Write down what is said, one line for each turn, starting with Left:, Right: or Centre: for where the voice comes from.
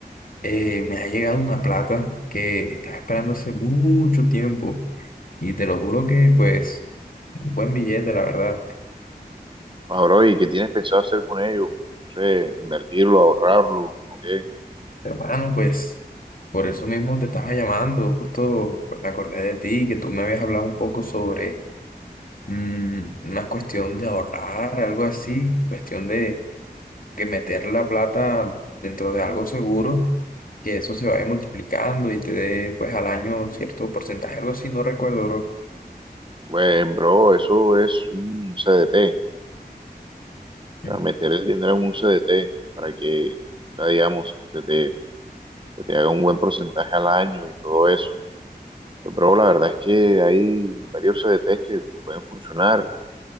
Left: eh, me ha llegado una plata que estaba esperando hace mucho tiempo y te lo juro que pues es un buen billete, la verdad.
Right: Ah, bro, ¿y qué tienes pensado hacer con ello? No sé, invertirlo, ahorrarlo, ¿o qué?
Left: Hermano, pues por eso mismo te estaba llamando, justo pues, me acordé de ti, que tú me habías hablado un poco sobre mm, una cuestión de ahorrar, algo así, cuestión de que meter la plata dentro de algo seguro, que eso se vaya multiplicando y te dé pues al año cierto porcentaje, algo así, no recuerdo, bro.
Right: Pues, bro, eso es un CDT.
Left: Mm.
Right: O sea, meter el dinero en un CDT para que, o sea, digamos, se te, se te haga un buen porcentaje al año y todo eso. Pues, bro, la verdad es que hay varios CDTs que pueden funcionar.